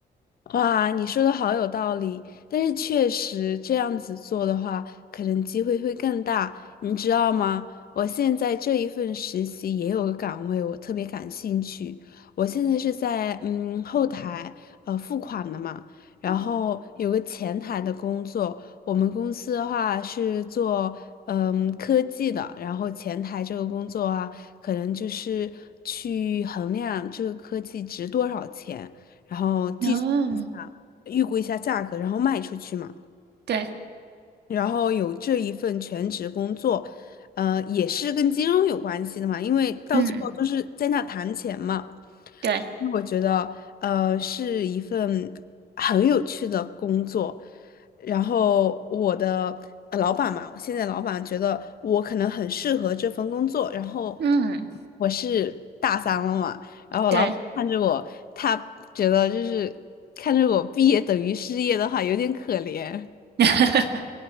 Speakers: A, on the left; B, on the right.
A: 哇，你说的好有道理，但是确实这样子做的话，可能机会会更大，你知道吗？我现在这一份实习也有个岗位，我特别感兴趣。我现在是在嗯后台呃付款的嘛，然后有个前台的工作。我们公司的话是做嗯科技的，然后前台这个工作啊，可能就是去衡量这个科技值多少钱。然后计
B: 嗯，
A: 预估一下价格，然后卖出去嘛。
B: 对。
A: 然后有这一份全职工作，呃，也是跟金融有关系的嘛，因为到最后都是在那谈钱嘛。
B: 嗯，对，
A: 那我觉得，呃，是一份很有趣的工作。然后我的呃老板嘛，我现在老板觉得我可能很适合这份工作。然后
B: 嗯，
A: 我是大三了嘛，然后老板看着我，
B: 对，
A: 他觉得就是看着我毕业等于失业的话，有点可怜。
B: <laughs>